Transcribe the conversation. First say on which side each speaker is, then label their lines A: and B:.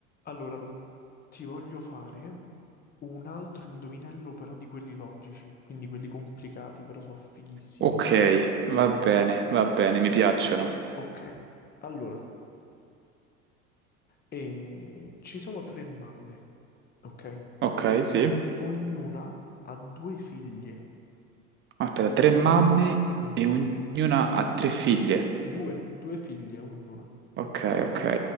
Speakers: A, on the left (about 25°); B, on the right (about 30°).
A: Allora, Lu, ti voglio fare un altro indovinello, però di quelli logici, quindi quelli complicati, però sono fighissimi,
B: Ok,
A: secondo me.
B: va bene, va bene, mi piacciono.
A: Ok, allora, eh, ci sono tre mamme, ok?
B: Ok, sì.
A: Ognuna ha due figlie.
B: Aspetta, tre mamme
A: Mhm.
B: e ognuna ha tre figlie.
A: Due, due figlie ognuna.
B: Ok, ok,